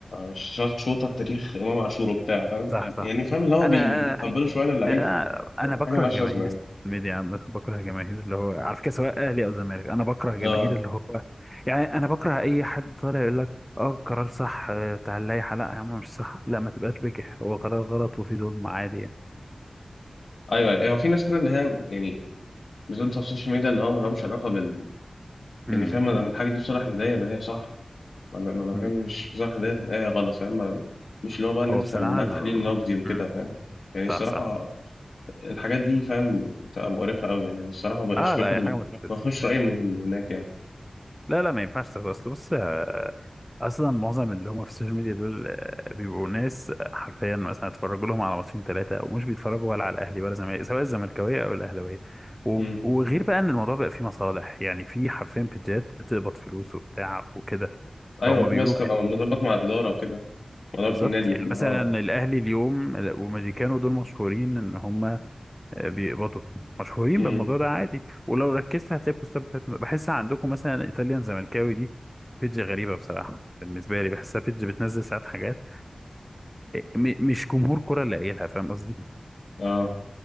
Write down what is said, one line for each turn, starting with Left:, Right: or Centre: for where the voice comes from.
Left: شاط شوطه بتاريخ امام عاشور وبتاع فاهم
Centre: صح صح
Left: يعني فاهم اللي هو
Centre: انا
Left: بيطبلوا
Centre: آه،
Left: شويه للعيب
Centre: آه، انا بكره
Left: حاجه ملهاش
Centre: جماهير
Left: لازمه يعني
Centre: الميديا عامة بكره جماهير اللي هو على فكره سواء اهلي او زمالك انا بكره جماهير
Left: اه
Centre: اللي هو يعني انا بكره اي حد طالع يقول لك اه قرار صح آه، تعال لا لا يا عم مش صح لا ما تبقاش بجح هو قرار غلط وفي ظلم عادي يعني
Left: ايوه ايوه هو في ناس كده اللي هي يعني بالذات بتوع السوشيال ميديا اللي هو مالهمش علاقه بال
Centre: امم
Left: يعني فاهم ما دام الحاجه دي بصالح الهدايا يبقى هي صح ما دام ما دام
Centre: أمم.
Left: هي مش بصالح الهدايا يبقى هي غلط فاهم ما- مش اللي هو بقى ان
Centre: هو
Left: انت
Centre: بصراحة
Left: تعمل لها
Centre: ال...
Left: تحليل نقدي وكده
Centre: أمم.
Left: فاهم يعني الصراحه
Centre: صح صح
Left: الحاجات دي فاهم بتبقى مقرفة قوي يعني الصراحة ما بقتش
Centre: اه
Left: باخد
Centre: لا هي
Left: ال...
Centre: حاجة متفلسفة
Left: ما باخدش رأيي من هناك يعني
Centre: لا لا ما ينفعش تاخد اصل بص آه، اصلا معظم اللي هم في السوشيال ميديا دول آه، بيبقوا ناس آه، حرفيا مثلا اتفرجوا لهم على ماتشين ثلاثة ومش بيتفرجوا ولا على الاهلي ولا زمالك سواء الزملكاوية او الاهلاوية و...
Left: امم
Centre: وغير بقى ان الموضوع بقى فيه مصالح يعني في حرفيا بيجات بتقبض فلوس وبتاع وكده
Left: ايوه
Centre: فهم
Left: في
Centre: بيقولوا
Left: ناس تبقى
Centre: كده
Left: مظبط مع الإدارة وكده مع
Centre: بالظبط
Left: إدارة النادي
Centre: يعني
Left: اللي
Centre: مثلا
Left: هو
Centre: الاهلي اليوم آه، وماجيكانو دول مشهورين ان هم بيبقوا مشهورين
Left: امم
Centre: بالموضوع ده عادي ولو ركزت هتلاقي البوستات بتاعت بحسها عندكم مثلا ايطاليان زملكاوي دي بيدج غريبه بصراحه بالنسبه لي بحسها بيدج بتنزل ساعات حاجات آه، م- مش جمهور كره اللي قايلها فاهم قصدي
Left: اه